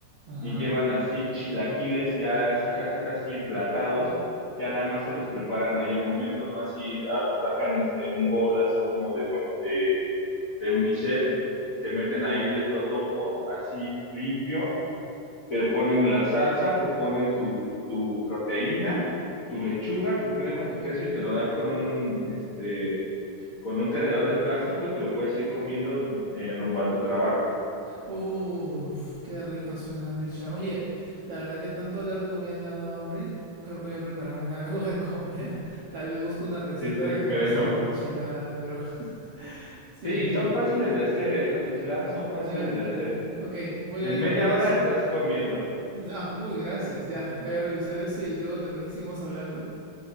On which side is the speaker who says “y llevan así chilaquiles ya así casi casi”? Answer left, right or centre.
Left